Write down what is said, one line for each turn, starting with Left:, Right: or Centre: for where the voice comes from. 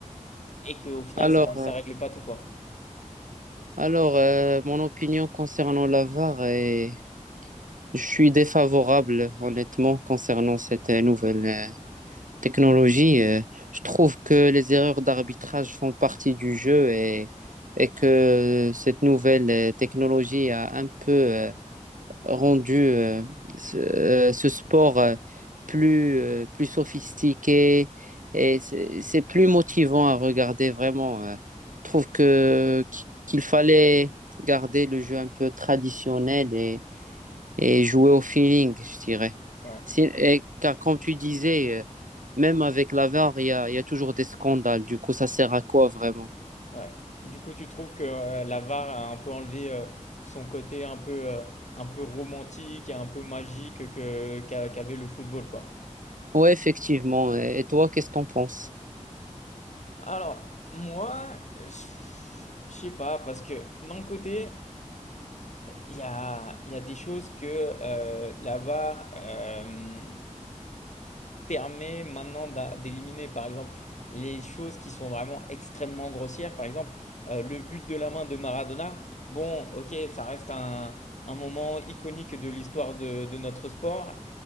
Left: et qu'au final,
Right: Alors,
Left: ça, ça
Right: euh,
Left: règle pas tout, quoi.
Right: alors euh, mon opinion concernant la VAR est... Je suis défavorable, honnêtement, concernant cette euh, nouvelle. euh, technologie, euh, je trouve que les erreurs d'arbitrage font partie du jeu et, et que cette nouvelle euh, technologie a un peu euh, rendu euh, ce, euh, ce sport euh, plus, euh, plus sophistiqué et c'est c'est plus motivant à regarder vraiment. euh. Je trouve que qu'il fallait garder le jeu un peu traditionnel et et jouer au feeling, je dirais.
Left: Ouais,
Right: Si- et car comme tu disais, euh, même avec la VAR, il y a, il y a toujours des scandales. Du coup, ça sert à quoi vraiment?
Left: ouais. Du coup, tu trouves que euh, la VAR a un peu enlevé euh, son côté un peu, euh, un peu romantique et un peu magique que, qu'a- qu'avait le football, quoi.
Right: Ouais, effectivement. Et et toi, qu'est-ce que t'en penses?
Left: Alors, moi, je je sais pas, parce que d'un côté, il y a, il y a des choses que euh, la VAR, euh, permet maintenant d'a- d'éliminer, par exemple, les choses qui sont vraiment extrêmement grossières. Par exemple, euh, le but de la main de Maradona, bon, ok, ça reste un, un moment iconique de l'histoire de, de notre sport,